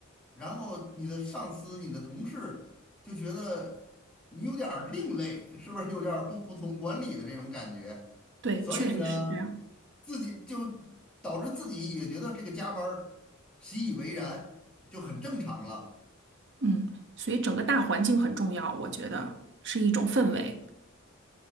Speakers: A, in the centre; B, on the right.
A: 然后你的上司、你的同事就觉得你有点儿另类，是不是有点儿不服从管理的这种感觉？
B: 对，
A: 所以呢，
B: 确实是这样。
A: 自己就导致自己也觉得这个加班儿习以为然，就很正常了
B: 嗯，所以整个大环境很重要，我觉得是一种氛围。